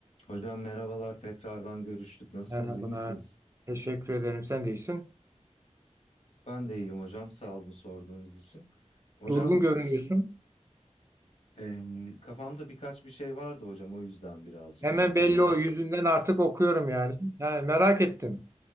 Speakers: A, on the left (about 60°); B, on the right (about 25°).
A: Hocam merhabalar tekrardan görüştük. Nasılsınız,
B: Merhaba.
A: iyi misiniz?
B: Teşekkür ederim. Sen de iyisin.
A: Ben de iyiyim hocam. Sağ olun sorduğunuz için. Hocam
B: Durgun görünüyorsun.
A: siz e, kafamda birkaç bir şey vardı hocam o yüzden birazcık
B: Hemen
A: muhtemelen.
B: belli o yüzünden artık okuyorum yani. Ha, merak ettim.